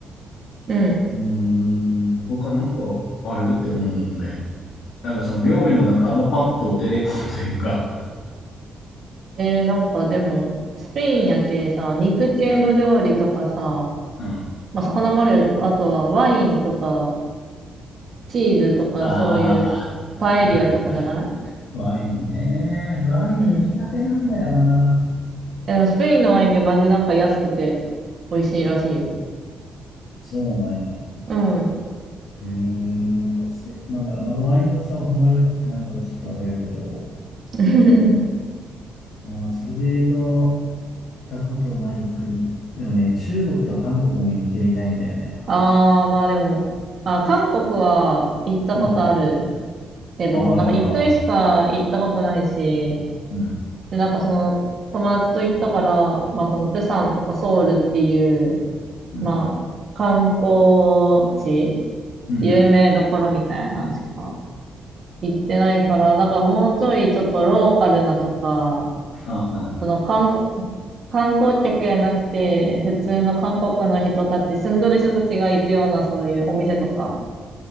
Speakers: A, on the right; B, on the left.
A: うん。
B: うーん、他なんかあるって思うもんね。なんかその料理もなんかあんまパッと出てこんというか、
A: えー、なんかでも、スペインやけさ、肉系の料理とかさ、
B: うん、うんあ
A: まあ魚もあるやろけど、あとはワインとか、チーズとか、
B: あ、
A: そういうパエリアとかじゃない
B: はいはい。ワインね。ワイン苦手なんだよな。
A: うん。でもスペインのワインってマジなんか安くて美味しいらしいよ。
B: そうなんや。
A: うん。
B: えー、なんかスペ、なんかまだワインの良さはあんまり分かってないからちょっとあれやけど、
A: <laughs>
B: まあ、それで言うと、行ったことない国。でもね、中国と韓国も行ってみたいんだよね。
A: ああ、まあでも、あ、韓国は行ったことある
B: うん。
A: けど、
B: あ、はいはいはいは
A: なんか一回しか行ったことないし、
B: い。うん。
A: で、なんかその友達と行ったから、まあそのプサンとかソウルっていう、
B: うん。
A: まあ観光地、
B: うん。
A: 有名どころみたいなのしか行ってないから、なんかもうちょいちょっとローカルなとか、
B: あ、うん。
A: その観光、観光客やなくて、普通の韓国の人たち、住んどる人たちが行くようなそういうお店とか